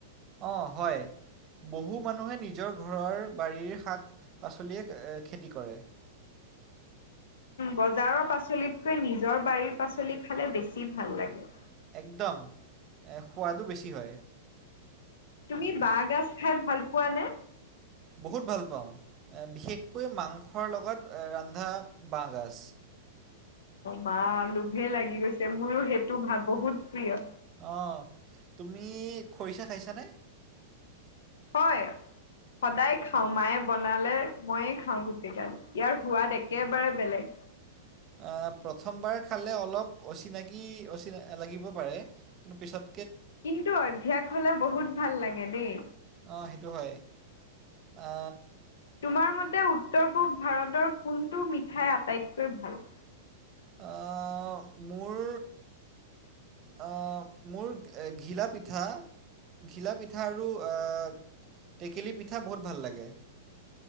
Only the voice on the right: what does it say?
অ' হয়। বহু মানুহে নিজৰ ঘৰৰ বাৰীৰ শাক পাচলিয়ে খেতি কৰে।
একদম, এ সোৱাদো বেছি হয়।
বহুত ভাল পাওঁ। বিশেষকৈ মাংসৰ লগত ৰন্ধা বাঁহগাজ।
অ', তুমি খৰিচা খাইছানে?
অহ প্ৰথমবাৰ খালে অলপ অচিনাকি অচ লাগিব পাৰে। পিছত
অ' সেইটো হয় আ
আ, মোৰ আ মোৰ ঘিলা পিঠা, ঘিলা পিঠা আৰু আ টেকেলি পিঠা বহুত ভাল লাগে।